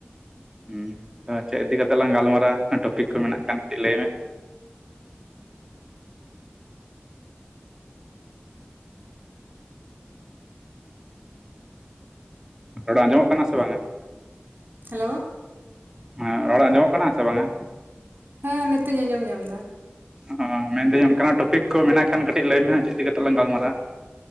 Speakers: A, on the right; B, on the right.
A: ᱦᱩᱸ ᱟᱫᱚ ᱪᱮᱫ ᱤᱫᱤ ᱠᱟᱛᱮᱜ ᱞᱟᱝ ᱜᱟᱞᱢᱟᱨᱟᱭᱟ ᱴᱚᱯᱤᱠ ᱠᱚ ᱢᱮᱱᱟᱜ ᱠᱷᱟᱱ ᱠᱟᱹᱴᱤᱜ ᱞᱟᱹᱭ ᱢᱮ᱾ ᱨᱚᱲ ᱟᱸᱡᱚᱢᱚᱜ ᱠᱟᱱᱟ ᱥᱮ ᱵᱟᱝᱟ?
B: ᱦᱮᱞᱳ,
A: ᱦᱮᱸ ᱨᱚᱲ ᱟᱸᱡᱚᱢᱚᱜ ᱠᱟᱱᱟ ᱥᱮ ᱵᱟᱝᱟ,
B: ᱦᱮᱸ ᱱᱤᱛᱚᱜ ᱤᱧ ᱟᱸᱡᱚᱢ ᱧᱟᱢ ᱫᱟ᱾
A: ᱚᱸ ᱢᱮᱱᱫᱟᱹᱧ ᱚᱱᱠᱟᱱᱟᱜ ᱴᱚᱯᱤᱠ ᱠᱚ ᱢᱮᱱᱟᱜ ᱠᱷᱟᱱ ᱠᱟᱹᱴᱤᱜ ᱞᱟᱹᱭᱢᱮ ᱦᱟᱸᱜ ᱪᱮᱫ ᱤᱫᱤ ᱠᱟᱛᱮᱞᱟᱝ ᱜᱟᱞᱢᱟᱨᱟᱜ-ᱟ᱾